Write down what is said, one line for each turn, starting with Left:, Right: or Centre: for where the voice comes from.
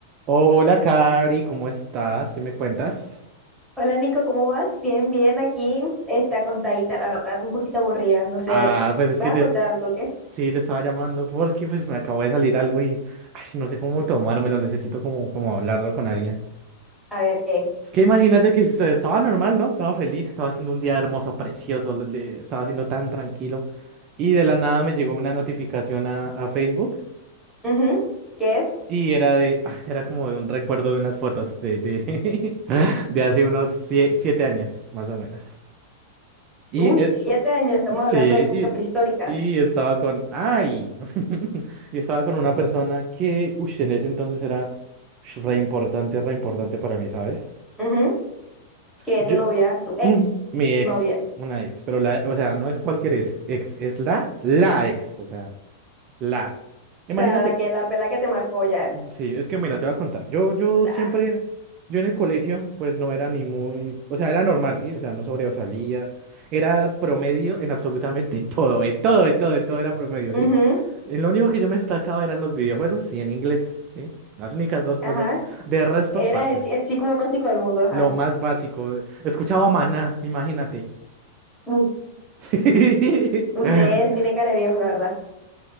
Right: Hola, Cari, ¿cómo estás? ¿Qué me cuentas?
Centre: Hola Nico, ¿cómo vas? Bien, bien, aquí está acostadita, la verdad, un poquito aburrida, no sé.
Right: Ah, pues es
Centre: ¿Me
Right: que
Centre: vas
Right: te,
Centre: a contar algo qué?
Right: sí, te estaba llamando porque pues me acabó de salir algo y ay, no sé cómo tomármelo, necesito como, como hablarlo con alguien.
Centre: A ver qué.
Right: Es que imagínate que se- estaba normal, ¿no? Estaba feliz, estaba haciendo un día hermoso, precioso, lo- de- estaba siendo tan tranquilo y de la nada me llegó una notificación a, a Facebook
Centre: Ujú, ¿Qué es?
Right: y era de, <laughs> era como de un recuerdo de unas fotos de, de, <laughs> de hace unos sie- siete años, más o menos. Y
Centre: Uy, siete
Right: eh,
Centre: años, estamos
Right: Sí,
Centre: hablando de épocas prehistóricas.
Right: y, y estaba con, ay, <laughs> y estaba con una persona que, uy, en ese entonces era ush, re importante, re importante para mí, ¿sabes?
Centre: Ujú, Que
Right: Yo,
Centre: tu novia, tu ex
Right: mm, mi
Centre: novia,
Right: ex, una ex, pero la, o sea, no es cualquier ex, ex, es la, la ex, o sea, la.
Centre: o sea,
Right: Imagínate,
Centre: la que la pela que te marcó ya.
Right: Sí, es que mira, te voy a contar. Yo, yo
Centre: Ah,
Right: siempre, yo en el colegio, pues no era ni muy, o sea, era normal, sí, o sea, no sobresalía, era promedio en absolutamente <laughs> todo, en todo, en todo, en todo era promedio,
Centre: ujú,
Right: sí. Eh, Lo único que yo me destacaba eran los videojuegos y en inglés, sí, las únicas dos
Centre: Ajá,
Right: cosas. De resto,
Centre: era
Right: parce,
Centre: el, chi- el chico más básico del mundo, ajá.
Right: lo más básico, eh, escuchaba Maná, imagínate.
Centre: Uy,
Right: <laughs>
Centre: usted tiene cara de viejo, la verdad,